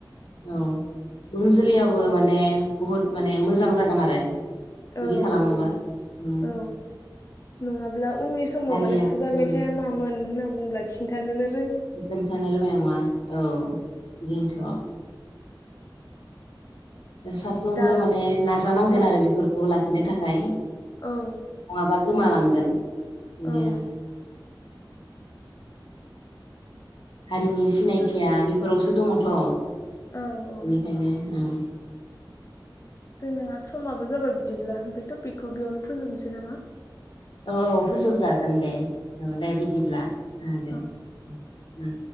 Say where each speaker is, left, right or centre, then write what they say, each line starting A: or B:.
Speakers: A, on the left; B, on the left.
A: औ इयुन जोलैयाबो माने बुहुद माने मोजां जागोन आरो
B: औ
A: बिदि खालामोबा
B: औ
A: उम
B: औ नङा ब्ला उननि समाव
A: हारिया
B: माने खुगा
A: उम
B: मेथाइआ मामोन होन बुंब्ला खिनथानोनो
A: खोन्थानो रोंनाय नङा औ बिदिनोथ'। साफ्रोमबो
B: दा
A: माने नाजानांगोन
B: औ
A: आरो बेफोरखौ लाखिनो थाखाय नङाबा
B: औ
A: गोमालांगोन। बिनो
B: औ
A: आरो। हारिनि सिनायथिया
B: जो
A: बेफोरावसो दङ'थ' बेनिखायनो
B: औ औ
A: औ।
B: जोंना समाबो जाबाय बिदिब्ला बे टपिकखौ बेयावनो फोजोबनोसै नामा?
A: औ औ फोजोबजागोन दे औ दे बिदिब्ला ओ दे।
B: औ
A: उम।